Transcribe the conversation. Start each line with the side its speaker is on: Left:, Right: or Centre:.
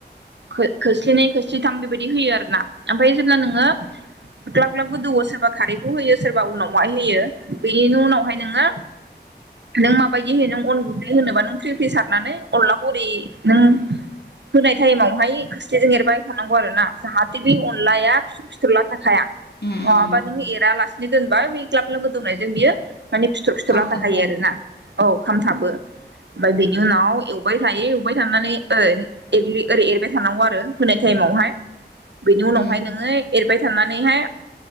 Right: खो खोस्लिनै खोस्लिथाम बेबायदि होयो आरो ना ओमफ्राय जेब्ला नोङो ग्लाब- ग्लाब गोदौओ सोरबा खारैखौ होयो सोरबा उनावहाय होयो बेनि उनावहाय नोङो नों माबायदि होयो नों अन गुन्दै होनोबा नों फ्रि -फ्रि सारनानै अनला हरि नों होनाय टाइमावहाय खोस्लिजों एरबाय थानांगौ आरो ना जाहाथे बे अनलाया फिसु- फिथर लाथा हाया
Left: उम
Right: नङाबा नों एरालासिनो दोनबाया बेइ ग्लाब गलाब गोदौनायजों बियो माने फिथर -फिथर
Left: खामथाबगोन
Right: लाथा खायो आरो ना। औ खामथाबो ओमफ्राय बेनि उनाव एवबाय थायो एवबाय थानानै ओ एग्लि ओरै एरबाय थानांगौ आरो होनाय टाइमावहाय बेनि उनावहाय
Left: उम
Right: नोङो एरबाय थानानैहाय